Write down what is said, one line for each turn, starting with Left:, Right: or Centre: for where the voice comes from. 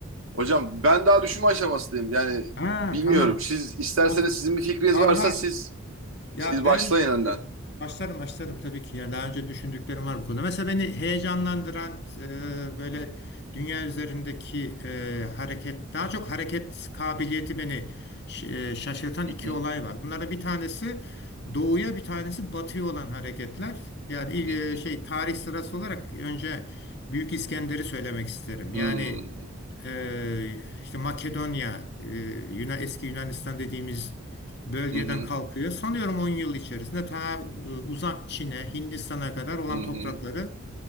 Right: Hocam ben daha düşünme aşamasındayım yani
Left: Ha
Right: bilmiyorum.
Left: tamam.
Right: Siz isterseniz
Left: O,
Right: sizin bir fikriniz
Left: var
Right: varsa
Left: var.
Right: siz
Left: Ya
Right: siz başlayın
Left: ben
Right: önden.
Left: e, başlarım başlarım tabii ki. Yani daha önce düşündüklerim var bu konuda. Mesela beni heyecanlandıran e, böyle dünya üzerindeki e, hareket, daha çok hareket kabiliyeti beni ş- e, şaşırtan
Right: Hı
Left: iki
Right: hı,
Left: olay var. Bunlardan bir tanesi doğuya, bir tanesi batıya olan hareketler. Yani
Right: hı hı,
Left: e, şey tarih sırası olarak önce Büyük İskender'i söylemek isterim.
Right: hmm,
Left: Yani ee, işte Makedonya, e, Yuna, eski Yunanistan dediğimiz bölgeden
Right: hı hı,
Left: kalkıyor. Sanıyorum 10 yıl içerisinde ta e, uzak Çin'e, Hindistan'a kadar olan
Right: hı hı.
Left: toprakları